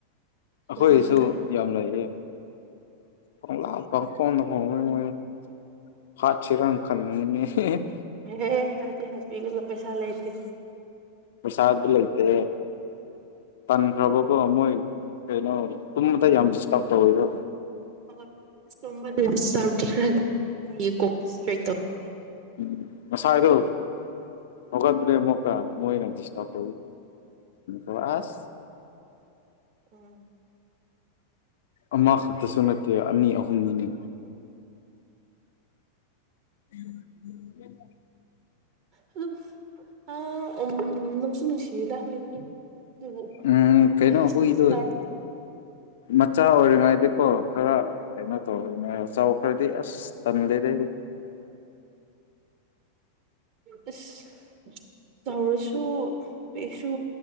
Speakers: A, on the left; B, on the right.
A: ꯑꯩꯈꯣꯏꯁꯨ
B: ꯌꯥꯗ꯭ꯔꯦ
A: ꯌꯥꯝ ꯂꯩꯌꯦ ꯄꯡꯂꯥꯛ ꯄꯪꯈꯣꯡ ꯈꯣꯡꯏ ꯃꯣꯢꯗꯣ ꯍꯥꯠꯁꯤꯔ ꯈꯪ <unintelligible> <inaudible>
B: ꯍꯦ ꯍꯥꯠꯗꯤ ꯍꯥꯠꯕꯤꯒꯅꯨ ꯄꯩꯁ ꯂꯩꯇꯦ
A: ꯄꯩꯁꯥꯗꯤ ꯂꯩꯇꯦ ꯇꯟꯈ꯭ꯔꯕꯀꯣ ꯃꯣꯏ ꯀꯩꯅꯣ ꯇꯨꯝꯕꯗ ꯌꯥꯝ ꯗꯤꯁꯇꯥꯔꯕ ꯇꯧꯋꯦꯕ
B: <inaudible> <unintelligible>
A: ꯎꯝ ꯉꯁꯥꯏꯗꯣ ꯍꯧꯒꯠꯄꯅꯦ ꯃꯨꯀ ꯃꯣꯏꯅ ꯗꯤꯁꯇꯞ <unintelligible> ꯑꯁ
B: ꯎꯝ
A: ꯑꯃꯈꯛꯇꯁꯨ ꯅꯠꯇꯦ ꯑꯅꯤ ꯑꯍꯨꯝꯅꯤꯅꯦ ꯎꯝ ꯎꯝ
B: ꯑꯗꯨꯝ ꯑ ꯎꯝ ꯅꯨꯡꯁꯨ ꯅꯨꯡꯁꯤ <unintelligible>
A: ꯎꯝ ꯀꯩꯅꯣ ꯍꯨꯏꯗꯣ
B: ꯗꯤꯁꯇꯔꯕ
A: ꯃꯆꯥ ꯑꯣꯏꯔꯤꯉꯩꯗꯤꯀꯣ ꯈꯔ ꯀꯩꯅꯣ ꯇꯧ ꯆꯥꯎ ꯈꯔꯗꯤ ꯑꯁ ꯇꯜꯂꯦꯗ ꯑꯩꯗꯤ
B: <inaudible> ꯑꯁ ꯇꯧꯔꯁꯨ ꯄꯤꯛꯁꯨ